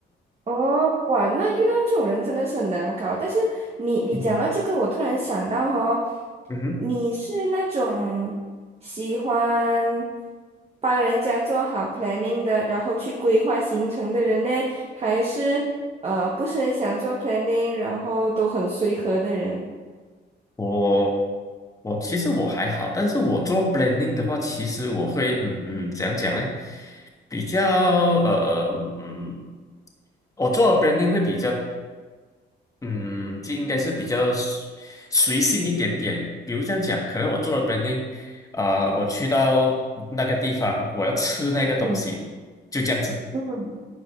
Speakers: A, on the right; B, on the left.
A: 哦，哇，那遇到这种人真的是很难搞。但是你你讲到这个，
B: 嗯哼，
A: 我突然想到哦，
B: 嗯哼
A: 你是那种喜欢帮人家做好 planning 的，然后去规划行程的人呢，还是呃不是很想做 planning，然后都很随和的人？
B: 我我其实我还好，但是我做 blending 的话，其实我会嗯嗯怎样讲呢？比较呃嗯嗯，我做 branding 会比较嗯，就应该是比较随随性一点点。比如这样讲，可能我做了 branding，呃，我去到那个地方，我要吃那个东西，
A: 嗯
B: 就这样子。
A: 嗯。